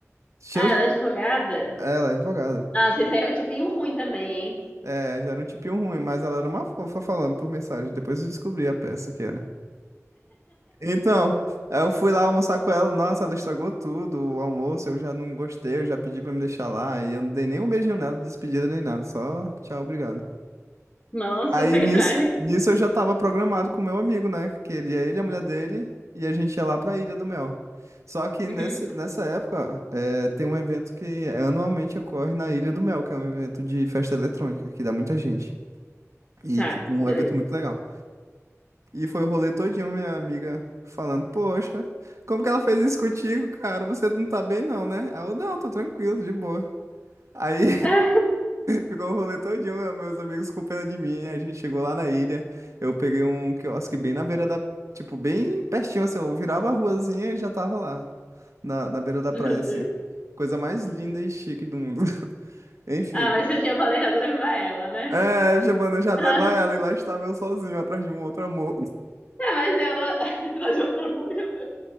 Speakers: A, on the right; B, on the left.
A: Cheio
B: Ah,
A: de...
B: ela é advogada?
A: Ela é advogada.
B: Nossa, esse aí é um tipinho ruim também, hein?
A: É, já era um tipinho ruim, mas ela era uma fofa falando por mensagem. Depois eu descobri a peça que era. Então, aí eu fui lá almoçar com ela. Nossa, ela estragou tudo, o almoço. Eu já não gostei, eu já pedi pra me deixar lá. E eu não dei nem um beijinho nela, de despedida nem nada. Só tchau, obrigado.
B: Nossa,
A: Aí
B: foi
A: nisso,
B: trágico.
A: nisso eu já tava programado com o meu amigo, né? Que ele ia ele, a mulher dele, e a gente ia lá pra Ilha do Mel. Só que
B: Uhum.
A: nesse, nessa época, é, tem um evento que anualmente ocorre na Ilha do Mel, que é um evento de festa eletrônica, que dá muita gente. E,
B: Tá,
A: tipo, um
B: beleza.
A: evento muito legal. E foi o rolê todinho, minha amiga falando, poxa, como que ela fez isso contigo, cara? Você não tá bem não, né? Aí eu, não, tô tranquilo, de boa. Aí
B: <laughs>
A: Ficou o rolê todinho, né? meus amigos com pena de mim. A gente chegou lá na ilha. Eu peguei um quiosque bem na beira da. Tipo, bem pertinho, assim. Eu virava a ruazinha e já tava lá. Na, na beira da praia,
B: Ah, meu
A: assim.
B: Deus.
A: Coisa mais linda e chique do mundo. <laughs> Enfim.
B: Ah, mas eu tinha planejado levar ela, né?
A: É, eu tinha planejado
B: Ah,
A: levar ela e lá estava eu sozinho atrás de um outro amor.
B: tá, mas ela. <laughs> Trajou, pelo amor de Deus.